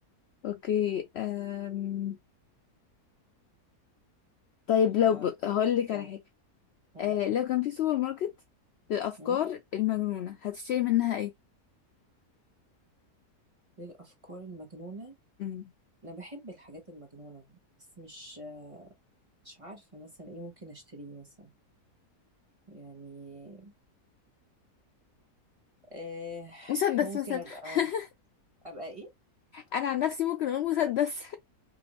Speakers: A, on the left; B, on the right.
A: اوكي أم... طيب لو
B: آه
A: ب... هقول لك
B: قول.
A: على حاجه
B: مم.
A: أه لو كان في سوبر ماركت للافكار
B: مم.
A: المجنونه هتشتري منها ايه
B: للافكار المجنونه
A: مم.
B: انا بحب الحاجات المجنونه بس مش مش عارفة مثلا ايه ممكن اشتريه مثلا يعني آه
A: مسدس
B: ممكن
A: مثلا
B: ابقى
A: <laughs>
B: ابقى ايه
A: انا عن نفسي ممكن اقول مسدس